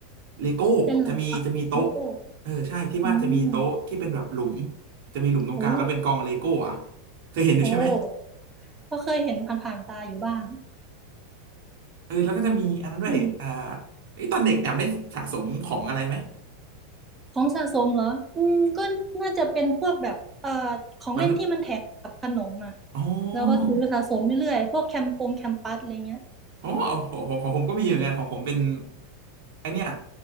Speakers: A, on the right; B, on the right.
A: เลโก้จะมีจะมีโต๊ะ
B: เล่นอะไรลูกโก้
A: เออใช่ที่บ้านจะมีโต๊ะที่เป็นแบบหลุม
B: อืม
A: จะมีหลุมตรงกลางแล้วเป็นกองเลโก้อะ
B: โอ้
A: เคยเห็นอยู่ใช่ไหม
B: โอ้เพราะเคยเห็นผ่านๆตาอยู่บ้าง
A: เออแล้วก็จะมีอันนั้นด้วยอ่า
B: อืม
A: เอ้ยตอนเด็กแอมได้สะสมของอะไรไหม
B: ของสะสมเหรออืมก็น่าจะเป็นพวกแบบเอ่อของเล่นที่มันแถมกับขนมอ่ะ
A: แบบมันอ๋อ
B: แล้วก็ซื้อสะสมเรื่อยๆพวกแคมปงแคมปัสอะไรเงี้ย
A: อ๋อของของของผมก็มีเหมือนกันของผมเป็นไอเนี้ย